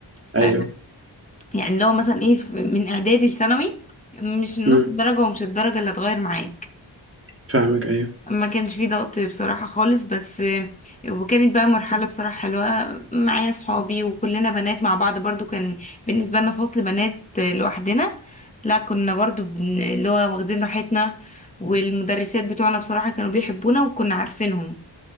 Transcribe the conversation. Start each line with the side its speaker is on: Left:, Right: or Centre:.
Right: ايوه
Left: ف يعني لو مثلا ايه في- من اعدادي لثانوي مش النص
Right: مم.
Left: الدرجه ومش الدرجه اللي هتغير معاك
Right: فاهمك ايوه
Left: ما كانش فيه ضغط بصراحة خالص بس وكانت بقى مرحلة بصراحة حلوة معايا صحابي وكلنا بنات مع بعض برضو كان بالنسبة لنا فصل بنات لوحدنا لا كنا برضو بن- اللي هو واخدين راحتنا والمدرسات بتوعنا بصراحة كانوا بيحبونا وكنا عارفينهم